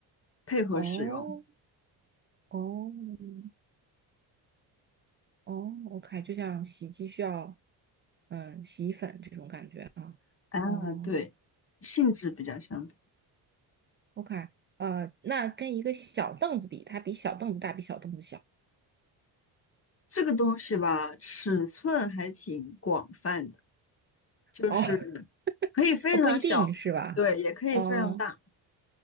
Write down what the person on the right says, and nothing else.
哦哦哦，OK，就像洗衣机需要，嗯，洗衣粉这种感觉啊，
哦。
OK，呃，那跟一个小凳子比，它比小凳子大，比小凳子小。
哦，<laughs>
哦，不一定是吧？
哦，